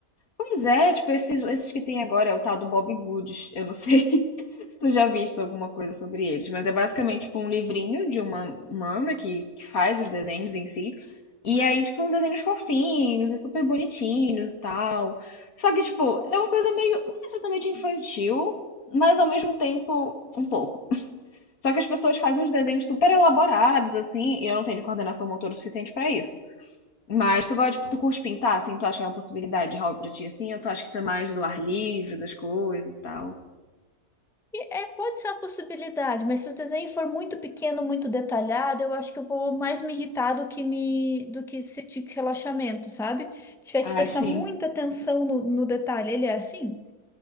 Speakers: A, on the left; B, in the centre.
A: Pois é, tipo, esses, esses que tem agora é o tal do Bob Goods. Eu não sei <laughs> se tu já viste alguma coisa sobre eles, mas é basicamente tipo, um livrinho de uma mana que, que faz os desenhos em si. E aí, tipo, são desenhos fofinhos e super bonitinhos e tal. Só que, tipo, é uma coisa meio, não é exatamente infantil, mas ao mesmo tempo um pouco. Só que as pessoas fazem uns desenhos super elaborados, assim, e eu não tenho coordenação motora suficiente pra isso. Mas tu gosta, tu curte pintar, assim? Tu acha que é uma possibilidade de hobby pra ti, assim? Ou tu acha que tá mais do ar livre, das coisas e tal?
B: E É, pode ser uma possibilidade, mas se o desenho for muito pequeno, muito detalhado, eu acho que eu vou mais me irritar do que me do que sentir relaxamento, sabe? Tiver
A: Ai,
B: que prestar
A: sim.
B: muita atenção no, no detalhe. Ele é assim?